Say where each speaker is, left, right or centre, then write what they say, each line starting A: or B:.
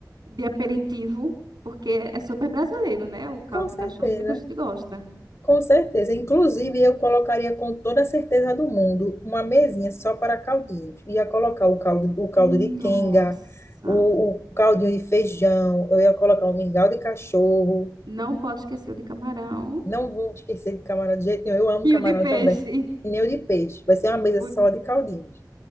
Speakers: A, on the right; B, on the left.
A: de aperitivo, porque é super brasileiro, né? O caldo
B: com certeza.
A: de cachorro, muita gente gosta.
B: Com certeza. Inclusive, eu colocaria com toda a certeza do mundo uma mesinha só para caldinhos. Ia colocar o caldo, o caldo
A: Nossa!
B: de quenga, o, o caldinho de feijão, eu ia colocar um mingau de cachorro.
A: Não pode esquecer o de camarão
B: Não vou esquecer de camarão de jeito nenhum. Eu amo
A: e
B: camarão
A: o de peixe.
B: também. E nem o de peixe. Vai ser uma mesa
A: Por-
B: só de caldinhos.